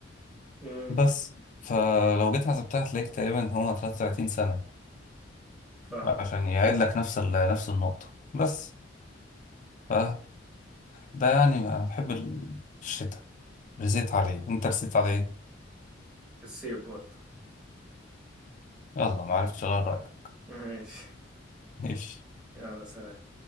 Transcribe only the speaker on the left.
بس فلو جيت حسبتها هتلاقيك تقريبا هما 33 سنة
عشان
يعيد لك نفس ال... نفس النقطة بس ف... ده يعني انا بحب ال- الشتاء رسيت عليه انت رسيت على ايه
يلا ما عرفتش اغير رأيك
<laughs> ماشي.